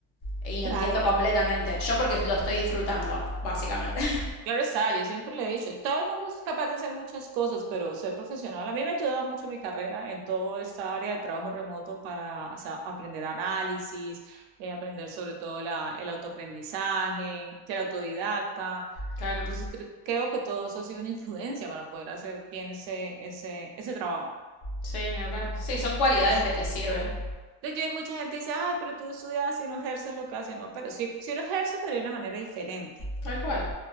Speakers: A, on the left; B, on the right.
A: y
B: claro,
A: entiendo completamente.
B: la-
A: Yo porque lo estoy disfrutando, básicamente. <laughs>
B: Claro está, yo siempre le he dicho, todo el mundo es capaz de hacer muchas cosas, pero ser profesional, a mí me ha ayudado mucho mi carrera en toda esta área de trabajo remoto para o sea, aprender análisis, eh, aprender sobre todo la, el autoaprendizaje, ser autodidacta.
A: Claro,
B: Entonces cre- creo que todo eso ha sido una influencia para poder hacer bien ese, ese, ese trabajo.
A: sí, ni hablar. Sí, son cualidades
B: Entonces,
A: que te sirven.
B: entonces yo- hay mucha gente que dice, ay, pero tú estudias y no ejerces lo que haces. No, pero sí, sí lo ejerzo, pero de una manera diferente.
A: Tal cual,